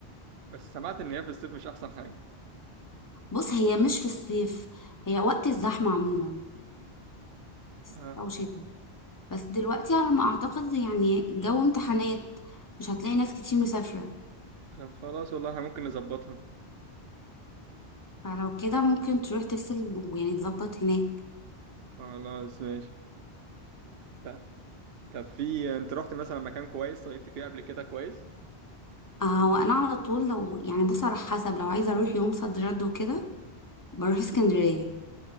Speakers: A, on the right; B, on the left.
A: بس سمعت ان هي في الصيف مش احسن حاجه
B: بص هي مش في الصيف هي وقت الزحمة عموما صيف
A: اه
B: او شتاء بس دلوقتي على ما اعتقد يعني جو امتحانات مش هتلاقي ناس كتير مسافرة
A: طب خلاص والله احنا ممكن نظبطها
B: فلو كده ممكن تروح تفصل ويعني تظبط هناك
A: خلاص ماشي طب طب في انت رحت مثلا مكان كويس صيفت فيه قبل كده كويس
B: آه وانا على طول لو يعني بص على حسب لو عايزه اروح يوم صد رد وكده بروح اسكندريه